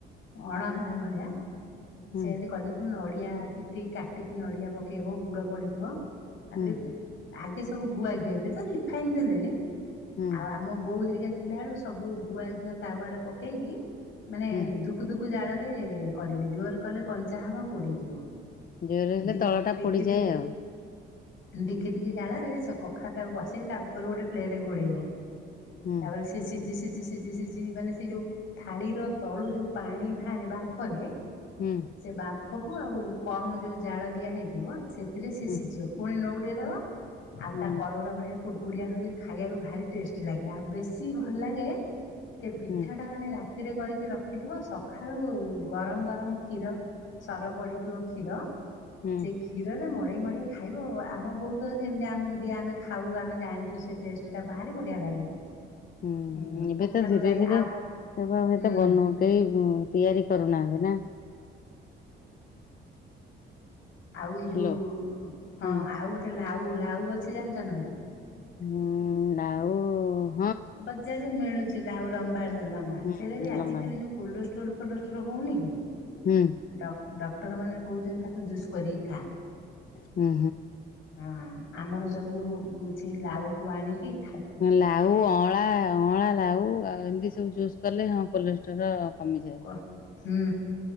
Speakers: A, on the left (about 75°); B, on the left (about 45°).
A: ଅଣ ହେଲା ଭଳିଆ।
B: ହୁଁ
A: ସେ ଏମିତି କରିଦେଇଥିବ ନଡିଆ ଟିକ୍ ଟି କାଟିକି ନଡିଆ ପକେଇବ ଗୁଡ ପଡିଥିବ। ତାପରେ
B: ହୁଁ
A: ଆଗେ ସବୁ ଗୁଆଘିଅ ଏବେ ତ ରିଫାଇନ ଦେଲେଣି
B: ହୁଁ
A: ଆଉ ଆମ ବୋଉ ହେରିକା ଥିଲା ବେଳୁ ସବୁ ଗୁଆ ଘିଅ ତାୱରେ ପକେଇକି ମାନେ
B: ହୁଁ
A: ଦୁ -- କୁ ଦୁକୁ ଜାଳ ରେ କରିବେ ଜୋର କଲେ କଞ୍ଚା ହାବ ପୋଡିଯିବ।
B: ଜୋରରେ ହେଲେ
A: ଦି
B: ତଳ ଟା
A: ଦିକି
B: ପୋଡିଯାଏ
A: ଦିକି।
B: ଆଉ
A: ଦେଖି ଦିକି ଜାଳରେ ସେ କଖାଟାକୁ ବସେଇକି ତା ଉପରୁ ଗୋଟେ ପ୍ଲେଟ୍ ଘୋଡ଼େଇବ।
B: ହୁଁ
A: ତାପରେ ସେ ସିଝି ସିଝି ସି ସିଝି ସିଝି ମାନେ ସେ ଯେଉଁ ଥାଳିର ତଳୁ ଯେଉଁ ପାଣି ବାହାରେ ବାମ୍ଫରେ
B: ହୁଁ
A: ସେ ବାମ୍ଫ କୁ ଆଉ କମ ଯୋଉ ଜାଳ ଦିଆ ହେଇଥିବ -- ସେଥିରେ ସେି
B: ହୁଁ
A: ସିଝିବ। ପୁଣି ନଉଟେ ଦବ ଆଉ
B: ହୁଁ
A: ତା କରରା ବଢିଆ -- କୁଡ଼କୁଡ଼ିଆ ହୁଏ। ଖାଇଆକୁ ଭାରି ଟେଷ୍ଟି ଲାଗେ, ଆଉ ବେଶୀ ଭଲ ଲାଗେ- - ସେ ପିଠା
B: ହୁଁ
A: ଟା ମାନେ ରାତିରେ କରିକି ରଖିଥିବ ସକାଳୁ ଗରମ ଗରମ -- କ୍ଷୀର, ସର ପଡିଥିବ କ୍ଷୀର
B: ହୁଁ
A: ସେ ଖି -- କ୍ଷୀରରେ ମଡ଼େଇ ମଡ଼େଇ ଖାଇବ ଆମ ବହୁତ ସେମିତି ଆମକୁ ଦିଏ ଆମେ ଖାଉ ଆମେ ଜାଣିଚୁ ସେ- - ଟେଷ୍ଟ ଟା ଭାରି ବଢିଆ ଲାଗେ।
B: ହୁଁ
A: ଉଁ
B: ଏବେ
A: କଖାରୁ
B: ତ ଧୀରେ
A: ରାଇ
B: ଧୀରେ
A: ଆଉ
B: ସେବ ଆ
A: ହୁଁ
B: ଏତେ ବନଉ କେ ତିଆରି କରନାହାନ୍ତି ନା?
A: ଆଉ ଏଇ
B: ହ୍ୟାଲୋ
A: ଯୋଉ ହଁ
B: ହୁଁ
A: ଆଉ ଗୋଟେ ଲାଉ ଲାଉ ଅଛି ଜାଣିଛ ନା ନାଇଁ?
B: ହୁଁ ଲାଉ- -
A: ବଜାରରେ ମିଳୁଛି ଆଉ ଲମ୍ବା ଲମ୍ବା
B: ହୁଁ
A: ସେଇଟା ବି ଆଜିିକାଲି
B: ଲମ୍ବା
A: ଯୋଉ କୋଲେଷ୍ଟ୍ରଲ ଫୋଲେଷ୍ଟ୍ରଲ ହେଉନି କି?
B: ହୁଁ
A: ଡକ ଡକ୍ଟର ମାନେ କହୁଛନ୍ତି ତାକୁ ଜୁସ୍ କରିକି ଖା।
B: ହୁଁ
A: ହଁ ଆମର ଯବୁ ସେଇ ଲାଉକୁ ଆଣିକି --
B: ଲାଉ ଅ ଅଁଳା ଅଁଳା ଲାଉ ଆଉ ଏମିତି ସବୁ ଜୁଜ୍ କଲେ ହଁ କୋଲେଷ୍ଟ୍ରୋର କମିଯାଏ।
A: କୁହ ହୁଁ